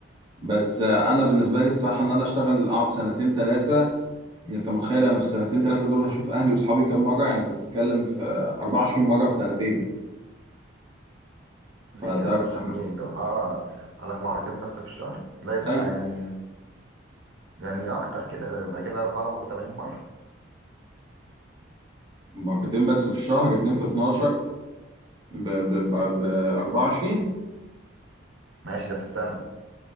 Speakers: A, on the right (about 20°); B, on the right (about 65°).
A: بس آه، انا بالنسبه لي الصراحه ان انا اشتغل اقعد سنتين ثلاثه انت متخيل انا في السنتين ثلاثه دول هشوف اهلي واصحابي كام مره يعني انت بتتكلم في 24 مره في سنتين
B: ليه
A: فده
B: 24
A: رقم
B: جنيه انت اه عليك مرتين بس في الشهر لا يبقى
A: قليل
B: يعني يعني اكتر كده يبقى كده 84 مره
A: مرتين بس في الشهر اتنين في 12 ب ب ب ب 24
B: ماشي ده في السنه